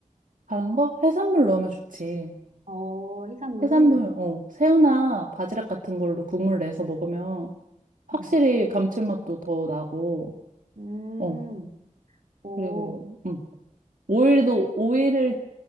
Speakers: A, on the right; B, on the right.
A: 다른 거? 해산물 넣으면 좋지.
B: 어, 해산물.
A: 해산물, 어, 새우나 바지락 같은 걸로 국물 내서 먹으면 확실히
B: 음.
A: 감칠맛도 더 나고,
B: 음,
A: 어,
B: 어,
A: 그리고, 음, 오일도, 오일을